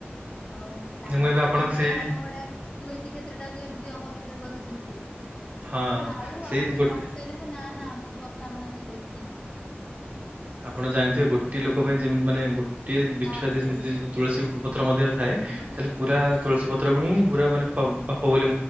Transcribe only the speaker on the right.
ମୁଁ
ଏବେ ଆପଣଙ୍କୁ
ସେଇ
ହଁ
ସେଇ
ଗୋଟେ
ଆପଣ ଜାଣିଥିବେ ଗୋଟେ ଲୋକ ପାଇଁ ଯେମିତି ମାନେ ଗୋ ଟିକିଏ ବିଛୁଆତି
ଯଦି ତୁଳସୀ ପତ୍ର ମଧ୍ୟ ଥାଏ
ତାହେଲେ
ପୁରା ତୁଳସୀ ପତ୍ରକୁ ହିଁ ପୁରା ମାନେ ପାପ ପାପ ବୋଲି